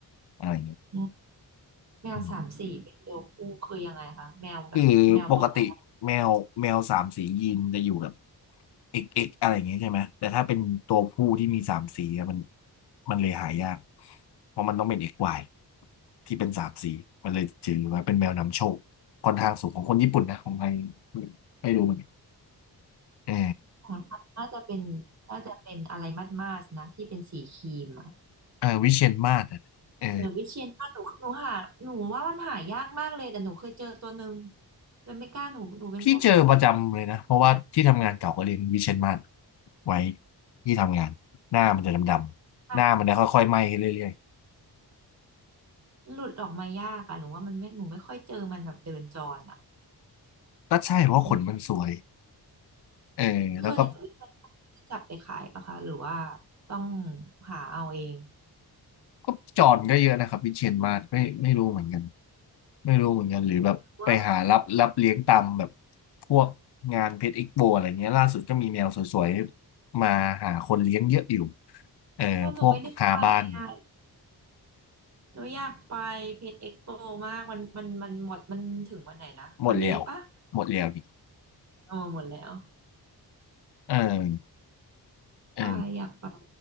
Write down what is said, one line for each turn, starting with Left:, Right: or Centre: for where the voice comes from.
Left: อะไรอย่างเงี้ย
Right: อืมแมวสามสีเป็นตัวผู้คือยังไงคะแมวแบบแมวตัวไหน
Left: อืมคือปกติแมวแมวสามสียีนจะอยู่แบบเอกเอกอะไรอย่างเงี้ยใช่ไหมแต่ถ้าเป็นตัวผู้ที่มีสามสีอะมันมันเลยหายากเพราะมันต้องเป็นเอกวายที่เป็นสามสีมันเลยถือว่าเป็นแมวนำโชคค่อนข้างสูงของคนญี่ปุ่นนะของไทยไม่รู้เหมือนกันเออ
Right: ของฉันน่าจะเป็นน่าจะเป็นอะไรมัดมาสนะที่เป็นสีครีมอะ
Left: เออวิเชียรมาศอะเออ
Right: เออวิเชียรนาถหนูหนูหาหนูว่ามันหายากมากเลยแต่หนูเคยเจอตัวหนึ่งแล้วไม่กล้าหนูหนูเป็นพวก
Left: พี่เจอประจำเลยนะเพราะว่าที่ทำงานเก่าก็เลี้ยงวิเชียรมาศไว้ที่ทำงานหน้ามันจะดำๆหน้ามันจะค่อยๆไหม้ขึ้นเรื่อย
Right: อ่ะหลุดออกมายากอะหนูว่ามันไม่หนูไม่ค่อยเจอมันแบบเดินจรอะ
Left: ๆก็ใช่เพราะขนมันสวย
Right: มี
Left: เออแล้วก็
Right: ส่วนใหญ่วิเชียรนาถจับไปขายปะคะหรือว่าต้องหาเอาเอง
Left: ก็จอนก็เยอะนะครับวิเชียรมาศไม่ไม่รู้เหมือนกันไม่รู้เหมือนกันหรือแบบไปหารับรับเลี้ยงตามแบบ
Right: ว่า
Left: พวกงานเพชรอีกโบอะไรเงี้ยล่าสุดก็มีแมวสวยๆมาหาคนเลี้ยงเยอะอยู่เออพวกคาบ้าน
Right: เออหนูไม่ได้ไปอ่ะหนูอยากไปเพชรเอ็กโปมากมันมันมันหมดมันถึงวันไหนนะวันนี้ปะ
Left: หมดแล้วหมดแล้วนี่
Right: เออหมดแล้ว
Left: เออเออ
Right: ไปอยากไป